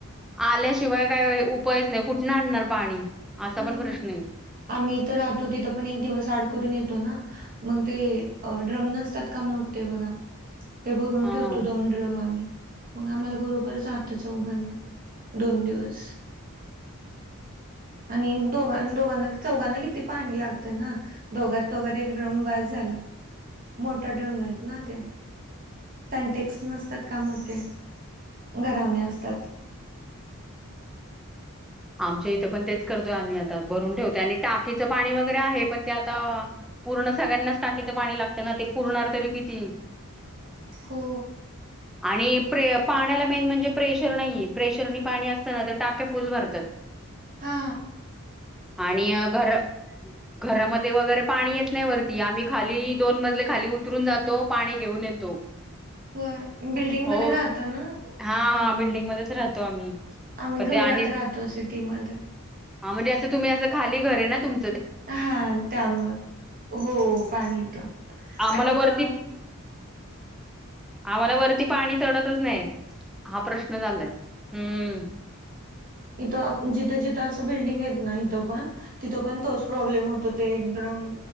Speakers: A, in the centre; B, on the right.
A: आल्या शिवाय काय उपायच नाही कुठून आणणार पाणी? असा
B: हा
A: पण
B: ना
A: प्रश्न आहे
B: आम्ही इथं राहतो तिथं पण एक दिवस आड करून येतो ना. मग ते ड्रम नसतात का मोठते बघा. ते भरून
A: हा
B: ठेवतो दोंडरम आम्ही. मग आम्हाला बरोबर जात चौघांना दोन दिवस. आणि दोघां दोघांना चौघांना किती पाणी लागतं ना दोघांत दोघत एक ड्रम बस झाला मोठा ड्रम आहेत ना ते सनटेक्स नसतात का मोठे घरावणे असतात.
A: आमच्या इथं पण तेच करतोय आम्ही आता भरून ठेवतोय आणि टाकीचं पाणी वगैरे आहे पण ते आता पूर्ण सगळ्यांनाच टाकीचं पाणी लागत ना ते पुूरणार तरी किती?
B: हो.
A: आणि प्रे पाण्याला मेन म्हणजे प्रेशर नाही प्रेशरनी पाणी असताना तर टाक्या फुल भरतात.
B: हा.
A: आणि घर घरामध्ये वगैरे पाणी येत नाही वरती आम्ही खाली दोन मजले खाली उतरून जातो पाणी घेऊन येतो.
B: होय बिल्डिंग
A: हो
B: मध्ये राहत ना त्यामुळे
A: हा हा बिल्डिंग मध्येच राहतो आम्ही
B: आम्ही
A: पण
B: घरात
A: ते आणि
B: राहतो सिटीमध्ये.
A: हा म्हणजे असं तुम्ही असं खाली घरे ना त तुम
B: हा त्यामुळे हो पाणी येत
A: आम्हाला
B: आणि
A: वरती
B: त.
A: आम्हाला वरती पाणी चढतच नाहीत. हा प्रश्न झालाय. हम्म.
B: इथं जिथे जिथं असं बिल्डिंग य ना इथं पण तिथं पण तोच प्रॉब्लेम होतो ते ्रंग